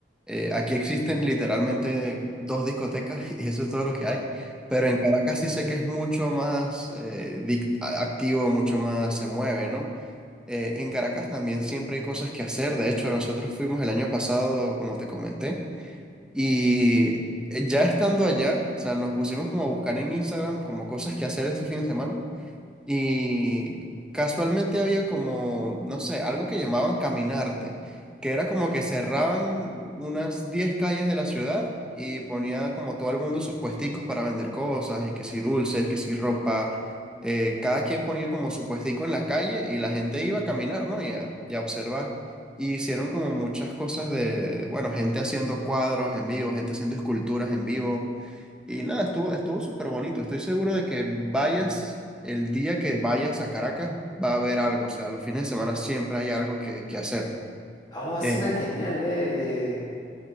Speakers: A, in the centre; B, on the left.
A: Eh, aquí existen literalmente dos discotecas <laughs> y eso es todo lo que hay. Pero en Caracas sí sé que es mucho más eh, dic- a- activo, mucho más se mueve, ¿no? Eh, en Caracas también siempre hay cosas que hacer. De hecho, nosotros fuimos el año pasado, como te comenté, y eh, ya estando allá, o sea, nos pusimos como a buscar en Instagram como cosas que hacer este fin de semana. Y casualmente había como, no sé, algo que llamaban caminarte, que era como que cerraban unas 10 calles de la ciudad y ponía como todo el mundo sus puesticos para vender cosas, y que si dulces, que si ropa, eh, cada quien ponía como su puestico en la calle y la gente iba a caminar, ¿no? Y a, y a observar. Y hicieron como muchas cosas de, bueno, gente haciendo cuadros en vivo, gente haciendo esculturas en vivo y nada, estuvo, estuvo súper bonito. Estoy seguro de que vayas, el día que vayas a Caracas, va a haber algo. O sea, los fines de semana siempre hay algo que, que hacer.
B: Oh, es
A: Eh,
B: una genial, eh, eh,